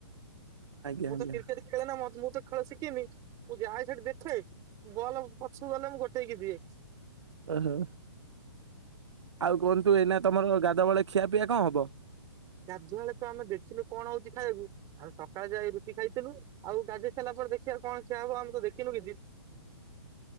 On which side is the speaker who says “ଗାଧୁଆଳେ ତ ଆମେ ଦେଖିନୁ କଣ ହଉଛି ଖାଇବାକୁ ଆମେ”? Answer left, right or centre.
Right